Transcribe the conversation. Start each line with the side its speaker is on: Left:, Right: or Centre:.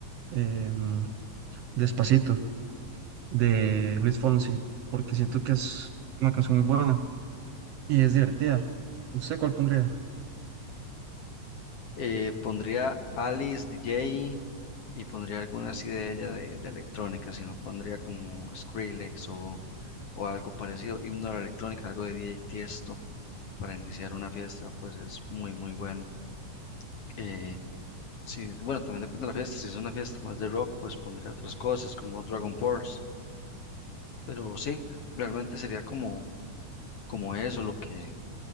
Right: em, Despacito de Luis Fonsi porque siento que es una canción muy buena y es divertida. ¿Usted cuál pondría?
Left: Eh, pondría Alice DJ y pondría alguna así de ella de, de electrónica, si no pondría como Skrillex o, o algo parecido, himno de la electrónica, algo de DJ Tiesto para iniciar una fiesta, pues es muy, muy bueno. Eh, sí, bueno, también depende de la fiesta, si es una fiesta más de rock, pues pondría otras cosas como Dragon Force Pero sí, realmente sería como, como eso lo que,